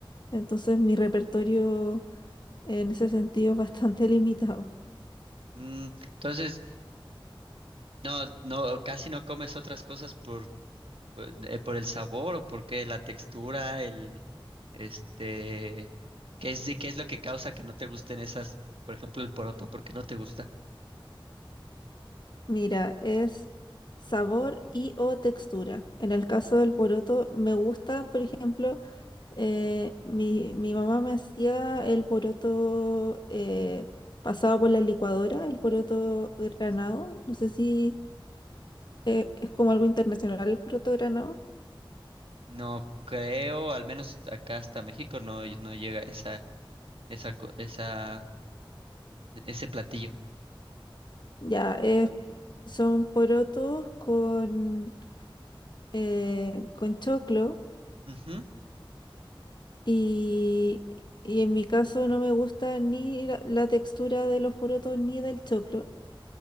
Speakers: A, on the left (about 55°); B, on the right (about 80°).
A: Entonces mi repertorio en ese sentido es bastante <laughs> limitado.
B: Mm, entonces, no, no, casi no comes otras cosas por, por, eh, por el sabor o porque la textura, el, este, ¿qué es, qué es lo que causa que no te gusten esas, por ejemplo, el poroto, porque no te gusta?
A: Mira, es sabor y o textura. En el caso del poroto, me gusta, por ejemplo, eh, mi, mi mamá me hacía el poroto eh, pasado por la licuadora, el poroto granado.
B: Ujú.
A: No sé si eh, es como algo internacional el poroto granado.
B: No creo, al menos acá hasta México no, no llega esa, esa, co- esa, ese platillo.
A: Ya, es, son porotos con, eh, con choclo
B: Ujú.
A: y, y en mi caso no me gusta ni la, la textura de los porotos ni del choclo.